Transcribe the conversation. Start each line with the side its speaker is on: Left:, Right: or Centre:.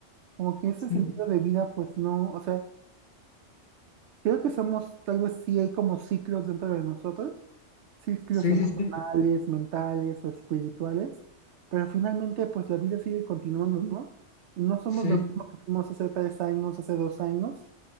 Right: Como que ese
Left: Sí,
Right: sentido de vida, pues no, o sea, Creo que somos, tal vez sí hay como ciclos dentro de nosotros, ciclos
Left: sí,
Right: emocionales,
Left: sí, sí.
Right: mentales o espirituales, pero finalmente pues la vida sigue continuando, ¿no? Y no somos
Left: Sí,
Right: lo mismo que fuimos hace tres años, hace dos años,